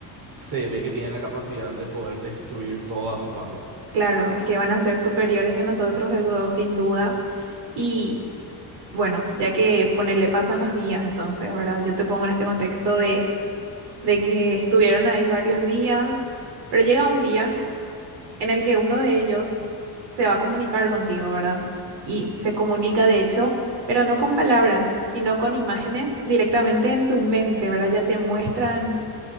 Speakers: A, on the right; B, on the right.
A: se ve que tienen la capacidad de poder destruir todo a su paso.
B: Claro, es que van a ser superiores que nosotros, eso sin duda. Y bueno, ya que ponerle pasan los días entonces, ¿verdad? Yo te pongo en este contexto de, de que estuvieron ahí varios días, pero llega un día. en el que uno de ellos se va a comunicar contigo, ¿verdad? Y se comunica, de hecho, pero no con palabras, sino con imágenes directamente en tu mente, ¿verdad? Ya te muestran,